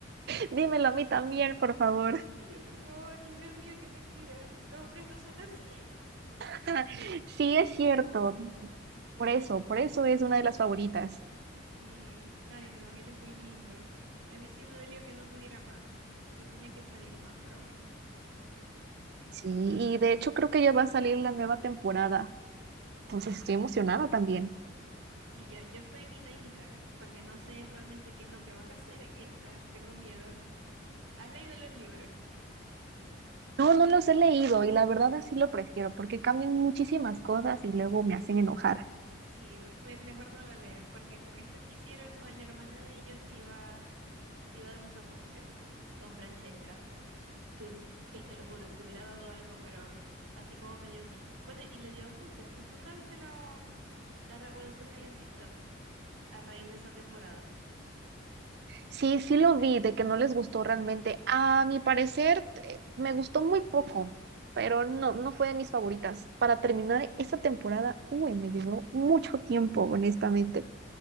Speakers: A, on the right; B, on the right.
A: <laughs> dímelo a mí también, por favor.
B: Y yo, por favor, yo, Dios mío, qué mentira. Los hombres no son así. <laughs>
A: <laughs> Sí, es cierto, por eso, por eso es una de las favoritas.
B: Sí, ay, no, él es muy lindo. A mí sí me dolió que no estuviera más, que tenía que salir más, pero bueno.
A: Sí, y
B: Eh,
A: de hecho creo que ya va a salir la nueva temporada, entonces estoy emocionada también.
B: Sí, yo, yo estoy mitad y mitad, porque no sé realmente qué es lo que van a <laughs> hacer en esta. Tengo miedo. ¿Has leído los libros?
A: No, no los he leído y la verdad así lo prefiero porque cambian muchísimas cosas y luego me hacen enojar.
B: Sí, me- me- mejor no lo leas, porque con esto que hicieron con la hermana de ellos te iba Te iba a dar un soponcio con Francesca. Tú- y te lo juro, te hubiera dado algo, pero así como me dio a mí. Bueno, y le dio a muchas Nu- ¿Nunca viste lo, la revolución que hay en TikTok a raíz de esa temporada?
A: Sí, sí lo vi, de que no les gustó realmente. A mi parecer, eh, me gustó muy poco, pero no, no fue de mis favoritas. Para terminar esta temporada, uy, me llevó mucho tiempo, honestamente.